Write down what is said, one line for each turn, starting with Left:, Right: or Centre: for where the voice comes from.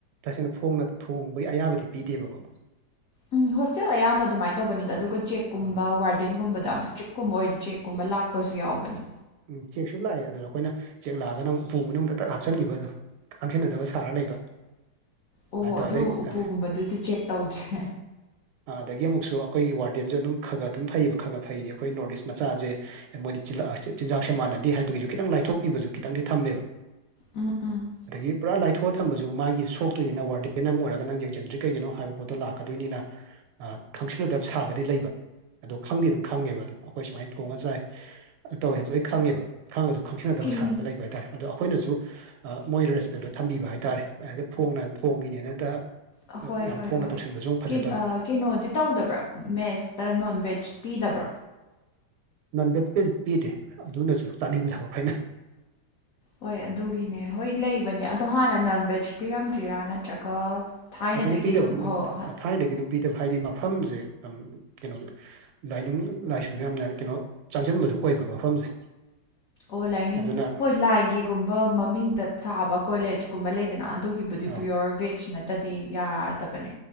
Right: ꯇꯁꯦꯡꯅ ꯐꯣꯡꯅ ꯊꯣꯡꯕꯒꯤ ꯑꯌꯥꯕꯗꯤ ꯄꯤꯗꯦꯕꯀꯣ
Left: ꯎꯝ ꯍꯣꯁꯇꯦꯜ ꯑꯌꯥꯝꯕ ꯑꯗꯨꯃꯥꯏ ꯇꯧꯕꯅꯤꯗ ꯑꯗꯨꯒ ꯆꯦꯛꯀꯨꯝꯕ
Right: ꯑꯥ
Left: ꯋꯥꯔꯗꯦꯟꯒꯨꯝꯕꯗ ꯌꯥꯝ ꯁ꯭ꯇꯔꯤꯛ ꯀꯨꯝꯕ ꯑꯣꯏꯗꯤ ꯆꯦꯛꯀꯨꯝꯕ ꯂꯥꯛꯄꯁꯨ ꯌꯥꯎꯕꯅꯦ
Right: ꯎꯝ ꯆꯦꯛꯁꯨ ꯂꯥꯛꯑꯦ ꯑꯗꯨꯗꯣ ꯑꯩꯈꯣꯏꯅ ꯆꯦꯛ ꯂꯥꯛꯑꯒꯅ ꯑꯃꯨꯛ ꯎꯄꯨꯨ ꯃꯅꯨꯡꯗ ꯇꯛ ꯍꯥꯞꯆꯟꯈꯤꯕ ꯑꯗꯨꯝ ꯈꯪꯁꯟꯅꯗꯕ ꯁꯥꯔ ꯂꯩꯕ
Left: ꯑꯣ
Right: ꯑꯗꯨꯃꯥꯏꯅ ꯇꯧꯋꯦ
Left: ꯑꯗꯨ
Right: ꯑꯗꯩ
Left: ꯎꯄꯨꯒꯨꯝꯕꯗꯨꯗꯤ
Right: ꯑꯗꯩ
Left: ꯆꯦꯛ ꯇꯧꯗ꯭ꯔꯦ
Right: ꯑꯗꯒꯤ ꯑꯃꯨꯛꯁꯨ ꯑꯩꯈꯣꯏꯒꯤ ꯋꯥꯔꯗꯦꯟꯖꯨ ꯑꯗꯨꯝ ꯈꯒ ꯈꯒ ꯑꯗꯨꯝ ꯐꯩꯌꯦꯕ ꯈꯒ ꯐꯩꯗꯤ ꯑꯩꯈꯣꯏ ꯅꯣꯔꯠ ꯏꯁ ꯃꯆꯥꯖꯦ ꯑꯦ ꯃꯣꯏꯗꯤ ꯆꯤꯟꯂꯥꯛ ꯆꯤꯟꯖꯥꯛꯁꯦ ꯃꯥꯟꯅꯗꯦ ꯍꯥꯏꯕꯒꯤꯁꯨ ꯈꯤꯇꯪ ꯂꯥꯏꯊꯣꯛꯄꯤꯕꯁꯨ ꯈꯤꯇꯪꯗꯤ ꯊꯝꯃꯦꯕ
Left: ꯎꯝ ꯎꯝ
Right: ꯑꯗꯒꯤ ꯄꯨꯔꯥ ꯂꯥꯏꯊꯣꯛꯑ ꯊꯝꯕꯁꯨ ꯃꯥꯒꯤ ꯁꯣꯛꯇꯣꯏꯅꯤꯅ ꯋꯥꯔꯗꯦꯟ ꯑꯃ ꯑꯣꯏꯔꯒ ꯅꯪ ꯌꯦꯡꯖꯟꯗ꯭ꯔꯤ ꯀꯩꯒꯤꯅꯣ ꯍꯥꯏꯕ ꯄꯣꯠꯇꯣ ꯂꯥꯛꯀꯗꯣꯏꯅꯤꯅ ꯑ ꯈꯪꯁꯤꯟꯅꯗꯕ ꯁꯥꯔꯒꯗꯤ ꯂꯩꯕ ꯑꯗꯣ ꯈꯪꯗꯤ ꯑꯗꯨꯝ ꯈꯪꯉꯦꯕ ꯑꯗꯨꯝ ꯑꯩꯈꯣꯏ ꯁꯨꯃꯥꯏꯅ ꯊꯣꯡꯉ ꯆꯥꯏ ꯑꯗꯨ ꯇꯧꯋꯦ ꯍꯥꯏꯁꯨ ꯑꯩ ꯈꯪꯉꯦꯕ ꯈꯪꯉꯒꯁꯨ ꯈꯪꯁꯤꯟꯅꯗꯕ
Left: ꯀꯤꯟ
Right: ꯁꯥꯔꯒ ꯂꯩꯕ ꯍꯥꯏꯇꯥꯔꯦ ꯑꯗꯣ ꯑꯩꯈꯣꯏꯅꯁꯨ ꯑ ꯃꯣꯏ ꯔꯦꯁꯄꯦꯛꯇꯣ ꯊꯝꯕꯤꯕ ꯍꯥꯏꯇꯥꯥꯔꯦ ꯍꯥꯏꯗꯤ ꯐꯣꯡꯅ ꯊꯣꯡꯉꯤꯅꯦꯅ ꯍꯦꯛꯇ
Left: ꯍꯣꯏ ꯍꯣꯏ
Right: ꯌꯥꯝ ꯐꯣꯡꯅ
Left: ꯍꯣꯏ
Right: ꯇꯧꯁꯟꯕꯁꯨꯨ ꯐꯖꯗꯕ
Left: ꯀꯩ- ꯑ, ꯀꯩꯅꯣꯗꯤ ꯇꯧꯗꯕ꯭ꯔꯥ ꯃꯦꯖꯇ ꯅꯣꯟ ꯚꯦꯖ ꯄꯤꯗꯕ꯭ꯔꯣ
Right: ꯅꯟ ꯚꯦꯠꯄꯤꯁ ꯄꯤꯗꯦ ꯑꯗꯨꯅꯁꯨ ꯆꯥꯅꯤꯡꯗꯕ ꯑꯩꯈꯣꯏꯅ
Left: ꯍꯣꯏ ꯑꯗꯨꯒꯤꯅꯦ ꯍꯣꯏ ꯂꯩꯕꯅꯦ ꯑꯗꯣ ꯍꯥꯟꯅ ꯅꯟꯚꯦꯖ ꯄꯤꯔꯝꯗ꯭ꯔꯤꯔꯥ ꯅꯠꯇ꯭ꯔꯒ ꯊꯥꯏꯅꯗꯒꯤ
Right: ꯑꯗꯨꯝ ꯄꯤꯗꯕ
Left: ꯍꯧ- ꯍ-
Right: ꯊꯥꯏꯅꯗꯒꯤ ꯑꯗꯨꯝ ꯄꯤꯗꯕ ꯍꯥꯏꯗꯤ ꯃꯐꯝꯁꯦ ꯑꯝ ꯀꯩꯅꯣ ꯂꯥꯏꯅꯤꯡ ꯂꯥꯏꯁꯨꯗ ꯌꯥꯝꯅ ꯀꯩꯅꯣ ꯆꯪꯖꯟꯕꯗꯨ ꯑꯣꯏꯕ ꯃꯐꯝꯁꯦ
Left: ꯑꯣ ꯂꯥꯏꯅꯤꯡ
Right: ꯑꯗꯨꯅ
Left: ꯍꯣꯏ ꯂꯥꯏꯒꯤꯒꯨꯝꯕ ꯃꯃꯤꯡꯗ ꯁꯥꯕ ꯀꯣꯂꯦꯖꯀꯨꯝꯕ ꯂꯩꯗꯅ ꯑꯗꯨ ꯒꯤꯕꯨꯗꯤ
Right: ꯑ,
Left: ꯄꯤꯌꯣꯔ ꯕꯦꯖ ꯅꯠꯇꯗꯤ ꯌꯥꯗꯕꯅꯦ